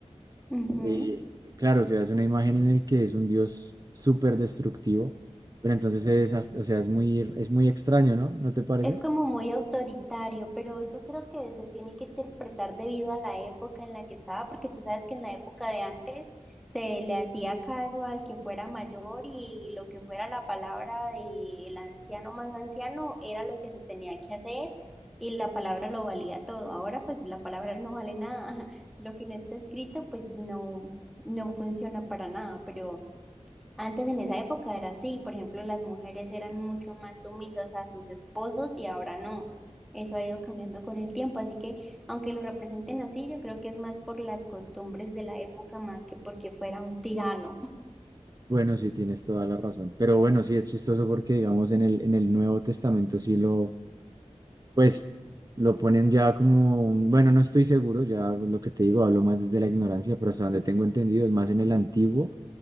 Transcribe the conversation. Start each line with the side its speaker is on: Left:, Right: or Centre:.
Centre: Ujú.
Right: eh, claro, o sea, es una imagen en el que es un dios súper destructivo, pero entonces es, hasta- o sea, es muy, es muy extraño, ¿no? ¿No te parece?
Centre: Es como muy autoritario, pero yo creo que se tiene que interpretar debido a la época en la que estaba, porque tú sabes que en la época de antes se le hacía caso al que fuera mayor y lo que fuera la palabra del anciano más anciano era lo que se tenía que hacer y la palabra lo valía todo. Ahora pues la palabra no vale nada. <laughs> Lo que no está escrito pues no, no funciona para nada, pero... Antes en esa época era así, por ejemplo, las mujeres eran mucho más sumisas a sus esposos y ahora no. Eso ha ido cambiando con el tiempo, así que aunque lo representen así, yo creo que es más por las costumbres de la época más que porque fuera un tirano.
Right: Bueno, sí, tienes toda la razón. Pero bueno, sí, es chistoso porque, digamos, en el, en el Nuevo Testamento sí lo, pues, lo ponen ya como, un- bueno, no estoy seguro, ya lo que te digo, hablo más desde la ignorancia, pero hasta donde tengo entendido es más en el Antiguo,